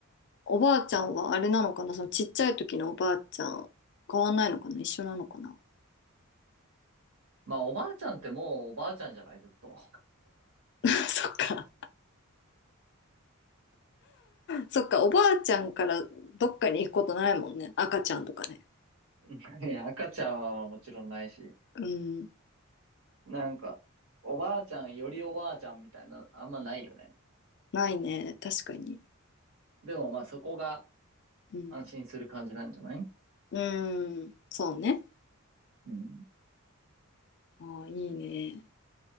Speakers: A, on the left (about 55°); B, on the right (about 65°).
A: おばあちゃんはあれなのかなそのちっちゃい時のおばあちゃん、変わんないのかな一緒なのかな
B: まあおばあちゃんってもうおばあちゃんじゃないずっと。
A: <laughs> そっか。そっか、おばあちゃんからどっかに行くことないもんね。赤ちゃんとかね。
B: <laughs> いや赤ちゃんはもちろんないし。
A: うん、
B: なんか、おばあちゃんよりおばあちゃんみたいな、あんまないよね。
A: ないね。確かに。
B: でもまあそこが
A: うん
B: 安心する感じなんじゃない
A: うーん、そうね。
B: うん。
A: ああ、いいね。